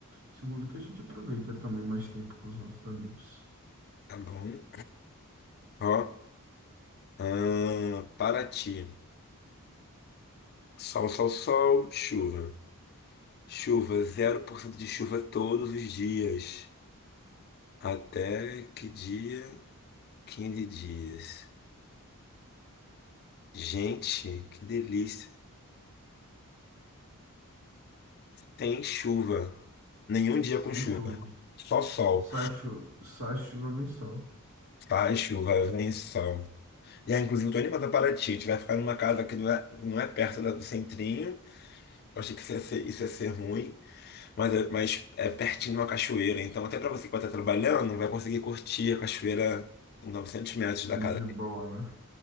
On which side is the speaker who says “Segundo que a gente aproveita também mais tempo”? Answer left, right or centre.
Right